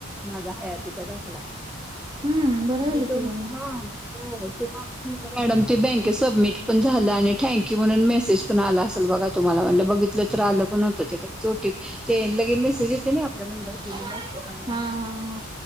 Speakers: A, in the centre; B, on the right.
A: माझा हयातीचा दाखला
B: हम्म बरं
A: आणि
B: झालं
A: तो
B: की बाई मग.
A: हा हो तो माणूस म्हणला, मॅडम ते बँकत सबमिट पण झालं आणि थँक्यू म्हणून मेसेज पण आला असेल बघा तुम्हाला म्हण बघितलं तर आलं पण होतं ते लगेचो टी ते लगे मेसेज येते. आपला नंबर दिलेला
B: हा
A: असत त्यामुळं.
B: हा हा